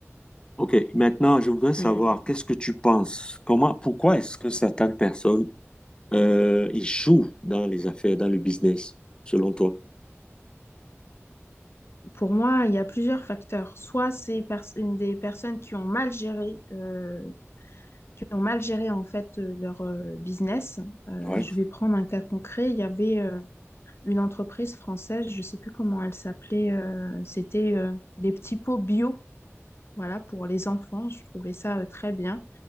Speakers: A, on the left; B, on the left.
A: Ok, maintenant je voudrais savoir
B: Mais
A: qu'est-ce que tu penses? Comment, pourquoi est-ce que certaines personnes euh, échouent dans les affaires, dans le business, selon toi?
B: pour moi, il y a plusieurs facteurs. Soit c'est pers- une des personnes qui ont mal géré euh, ont mal géré en fait euh, leur euh, business. Euh,
A: Ouais.
B: je vais prendre un cas concret. Il y avait euh, une entreprise française, je ne sais plus comment elle s'appelait. euh, c'était euh, des petits pots bio, voilà, pour les enfants. Je trouvais ça euh, très bien.